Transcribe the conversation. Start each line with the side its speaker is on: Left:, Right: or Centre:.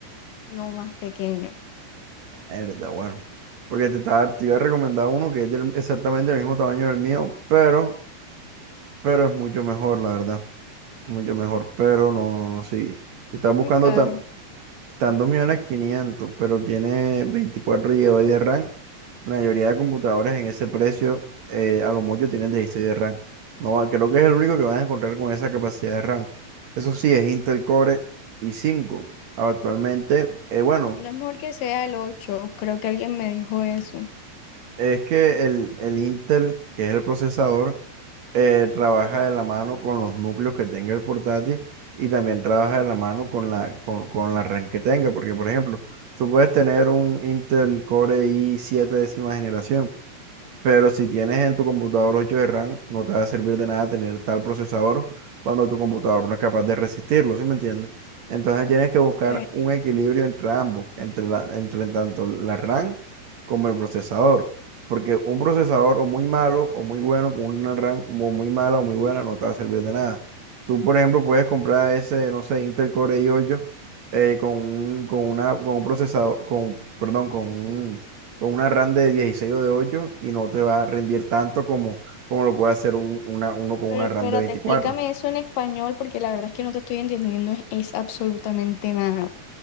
Left: no más pequeño.
Right: Verdad, bueno. Porque te, estaba- te iba a recomendar uno que es del- exactamente el mismo tamaño del mío, pero, pero es mucho mejor, la verdad. Mucho mejor. Pero no, no, no, sí. Si estás
Left: Y es
Right: buscando
Left: muy caro.
Right: tan, tan 2.500.000, pero tiene 24 GB de RAM La mayoría de computadores en ese precio, eh, a lo mucho tienen 16 de RAM. No, va- creo que es el único que vas a encontrar con esa capacidad de RAM. Eso sí, es Intel Core i5. Actualmente, eh, bueno,
Left: No es mejor que sea el 8 creo que alguien me dijo eso.
Right: es que el, el Intel, que es el procesador, eh, trabaja
Left: Ajá,
Right: de la mano con los núcleos que tenga el portátil y también trabaja de la mano con la, con, con la RAM que tenga. Porque, por ejemplo, tú puedes tener un Intel Core i7 décima generación Pero si tienes en tu computador 8 de RAM, no te va a servir de nada tener tal procesador cuando tu computador no es capaz de resistirlo, ¿sí me entiendes? Entonces tienes que
Left: ok.
Right: buscar un equilibrio entre ambos, entre la, entre tanto la RAM como el procesador. Porque un procesador o muy malo o muy bueno con una RAM o muy mala o muy buena no te va a servir de nada. Tú, por ejemplo, puedes comprar ese, no sé, Intel Core i8 eh, con un, con una, con un procesador, con, perdón, con un con una RAM de 16 o de 8 y no te va a rendir tanto como, como lo puede hacer un- una, uno con
Left: Pero
Right: una
Left: espérate,
Right: RAM de 24.
Left: explícame eso en español porque la verdad es que no te estoy entendiendo es es absolutamente nada.